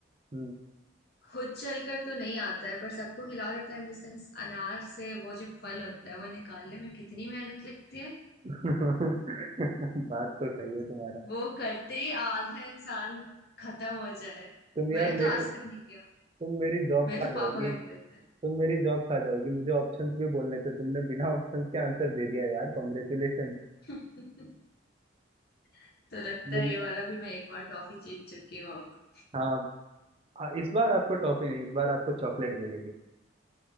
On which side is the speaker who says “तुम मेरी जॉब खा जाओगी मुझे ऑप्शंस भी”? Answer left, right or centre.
Right